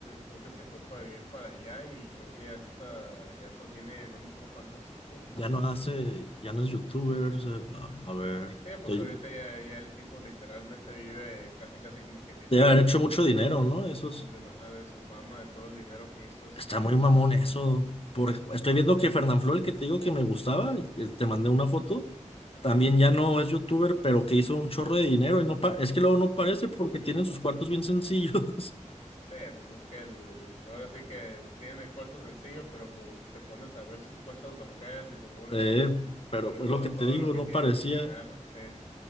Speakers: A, on the left; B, on the left.
A: creo que se fue para vivir para allá y creo que ya está, ya está, tiene, no me acuerdo cuántos hijos, creo.
B: Ya no hace, ya no es youtuber. o sea, a, a ver,
A: Sí, pues
B: de-
A: ahorita ya, ya el tipo literalmente vive casi, casi como quien dice
B: debe
A: de,
B: haber hecho mucho dinero, ¿no? Esos.
A: de su, de, su ajá, de su fama, de todo el dinero que hizo este,
B: Está muy mamón eso.
A: sí,
B: Por, ej- estoy
A: sí,
B: viendo que Fernanfloo, el que te digo que me gustaba, y te
A: ujú,
B: mandé una foto,
A: ajá.
B: también ya no es youtuber, pero que hizo un chorro de dinero y no pa- es que luego no parece porque tienen sus cuartos bien sencillos. <laughs>
A: Sí, pues es que el, ahora sí que tiene el cuarto sencillo, pero pues te pones a ver sus cuentas bancarias y te pones
B: Eh,
A: a,
B: pero
A: a ver
B: pues
A: todo,
B: lo que te
A: todo
B: digo,
A: lo que
B: no
A: tiene
B: parecía.
A: en sus carros, sí.